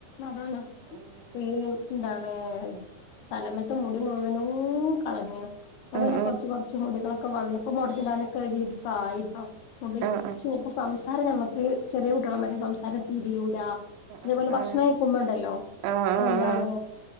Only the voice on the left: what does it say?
അതാണ്
പേ ന്താണ് തലമത്തെ മുടി മുഴുവനൂം കളഞ്ഞ്ണ്. പ്പൊ
പിന്നെ കൊറച്ച് കൊറച്ച് മുടികളൊക്കെ വന്നപ്പോ <unintelligible> മുടി
ചെലപ്പം സംസാരം ഞമ്മക്ക് ചെറിയ കുട്യേള്മാരെ സംസാരം തീരിയൂ അതേപോലെ
ഭക്ഷണയിക്കുമ്പണ്ടല്ലോ
എന്താണ്.